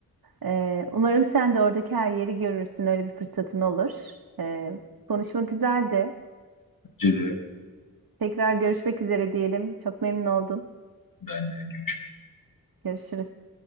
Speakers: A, on the right; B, on the left.
A: Ee, umarım sen de oradaki her yeri görürsün. Öyle bir fırsatın olur. Ee, konuşma güzeldi.
B: Önce de
A: Tekrar görüşmek üzere diyelim. Çok memnun oldum.
B: ben de
A: Görüşürüz.